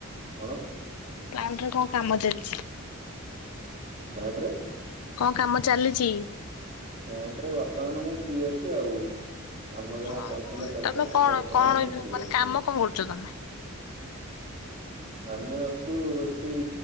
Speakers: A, on the right; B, on the left.
A: କଣ
B: ପ୍ଲାଣ୍ଟ ରେ କଣ କାମ ଚାଲିଛି?
A: ପ୍ଲାଣ୍ଟ ରେ
B: କଣ କାମ ଚାଲିଛି?
A: ପ୍ଲାଣ୍ଟ ରେ ବର୍ତ୍ତମାନ ମୁଁ ଫ୍ରି ଅଛି ଆଉ କାମ ଯାହା
B: ଓହୋ
A: ଚାଲିଥିଲା ଚାଲିଥିଲା
B: ତମେ କଣ
A: ବର୍ତ୍ତମାନ
B: କଣ
A: ମୁଁ
B: ଯୋଉ
A: ଫି
B: ମାନେ
A: ଅଛି
B: କାମ କଣ କରୁଛ ତମେ?
A: ଆମେ ଅଛୁ ଏଠି